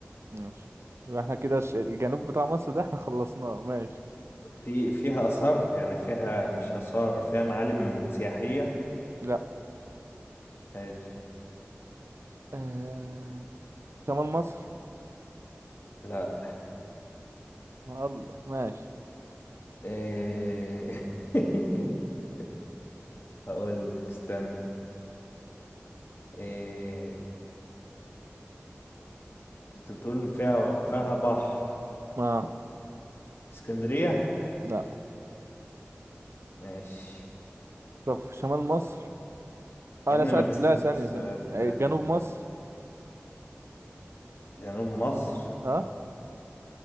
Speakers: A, on the right (about 70°); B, on the left (about 60°).
A: ماشي يبقى احنا كده الش- الجنوب بتاع مصر ده احنا خلصناه ماشي
B: في فيها آثار يعني فيها مش آثار فيها معالم سياحية
A: لا
B: حلو
A: آه شمال مصر
B: لا
A: الله ماشي
B: آه، <laughs> هقول لك استنى إيه انت بتقول فيها فيها بحر
A: اه
B: اسكندرية
A: لا
B: ماشي
A: طب في شمال مصر انا
B: يا ابني
A: سألت
B: ما تسأل
A: لا ثانية
B: السؤال
A: ثانية ثانية. إيه،
B: ده
A: جنوب مصر
B: جنوب مصر
A: ها